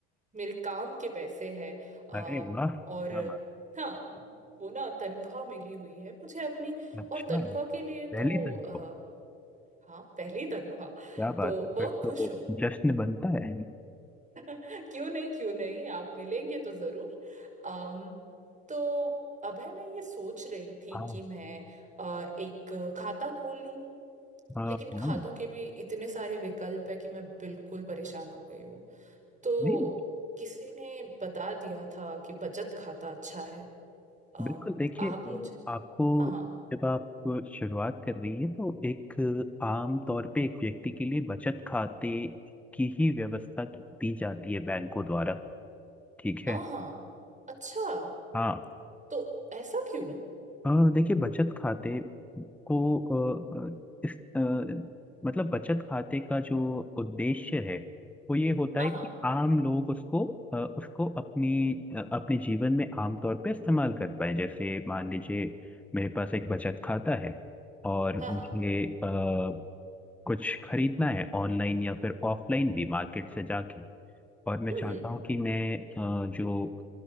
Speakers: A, on the right (about 25°); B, in the centre.
A: मेरे काम के पैसे हैं आ,
B: अरे वाह क्या
A: और
B: बात
A: हाँ वो ना तनख्वाह मिली हुई है मुझे अपनी
B: अच्छा
A: और तनख्वाह के लिए
B: पहली
A: तो
B: दिन
A: आ,
B: को
A: हाँ पहली तनख्वाह
B: क्या बात
A: तो
B: है
A: बहुत
B: फिर
A: खुश
B: तो
A: हूँ
B: जश्न बनता है
A: <laughs> क्यों नहीं क्यों नहीं आप मिलेंगे तो जरूर अम तो अब है मैं ये सोच रही थी
B: हाँ
A: कि मैं आ, एक खाता खोल
B: हाँ
A: लेकिन
B: हाँ
A: खातों के भी इतने सारे विकल्प है कि मैं बिल्कुल परेशान हो गई हूँ तो
B: नहीं
A: किसी ने बता दिया था कि बचत खाता अच्छा है आ,
B: बिल्कुल देखिए
A: आप
B: अ,
A: मुझे
B: आपको
A: हाँ हाँ
B: जब आप शुरुआत कर रही है तो एक अ, आम तौर पे एक व्यक्ति के लिए बचत खाते की ही व्यवस्था की- दी जाती है बैंकों द्वारा ठीक है
A: हाँ हाँ अच्छा
B: हाँ
A: तो ऐसा क्यों
B: अ, देखिए बचत खाते को अ, अ, इस अ, मतलब बचत खाते का जो उद्देश्य है वो ये होता
A: हाँ
B: है कि
A: हाँ
B: आम लोग उसको अ, उसको अपनी अ, अपने जीवन में आमतौर पे इस्तेमाल कर पाए जैसे मान लीजिए मेरे पास एक बचत खाता है और
A: हाँ
B: मुझे
A: हाँ
B: अ, कुछ खरीदना है ऑनलाइन या फिर ऑफलाइन भी मार्केट से जाके और मैं
A: हम्म
B: चाहता
A: हम्म
B: हूँ कि मैं अ, जो